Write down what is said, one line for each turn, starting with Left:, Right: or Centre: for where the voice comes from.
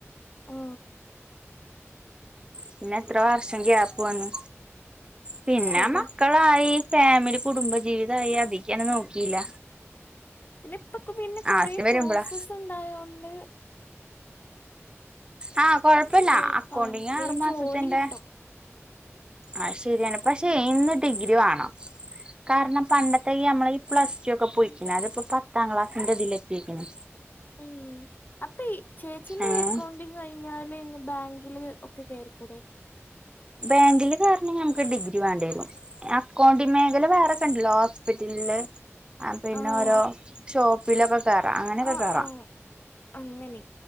Left: ആ
Right: പിന്നെ എത്ര വർഷം ഗ്യാപ് വന്നു പിന്നെ
Left: ശരിയാ
Right: മക്കളായി. ഫാമിലി കുടുംബ ജീവിതായി അതീക്കങ്ങനെ നോക്കിയില്ല.
Left: പിന്നെ ഇപ്പൊ പിന്നെ കൊറെ
Right: ആവശ്യം വരുമ്പളാ
Left: കോഴ്സസ് ഉണ്ടായോണ്ട്
Right: ആഹ് കൊഴപ്പില്ല
Left: എളുപ്പാണ്
Right: അക്കൗണ്ടിങ് ആറു
Left: വേം
Right: മാസത്തിന്റെ
Left: ജോലി കിട്ടും
Right: ആ ശരിയാണ് പക്ഷേ
Left: ഉം
Right: ഇന്ന് ഡിഗ്രി വേണം. കാരണം പണ്ടത്തെ ഈ നമ്മളെ ഈ പ്ലസ് ടു ഒക്കെ പോയിക്കണ് അതിപ്പോ പത്താം ക്ലാസ്സിന്റെ ഇതില് എത്തിരിക്കുന്നു.
Left: ഉം അപ്പോ ഈ ചേച്ചിന്റെ
Right: ഏഹ്
Left: അക്കൗണ്ട് കഴിഞ്ഞാല് ബാ ങ്കില് ഒക്കെ കേറിക്കൂടെ?
Right: ബാങ്കില് കേറണെങ്കി നമുക്ക് ഡിഗ്രി വേണ്ടി വരും അക്കൗണ്ട് മേഖല വേറെക്കെ ഇണ്ടല്ലോ ഹോസ്പിറ്റല ലില് പിന്നെ
Left: ആഹ്
Right: ഓരോ ഷോപ്പിലൊക്കെ കേറാ അങ്ങനെയൊക്കെ
Left: ആഹ്
Right: കേറാ.
Left: ആഹ് അങ്ങനെ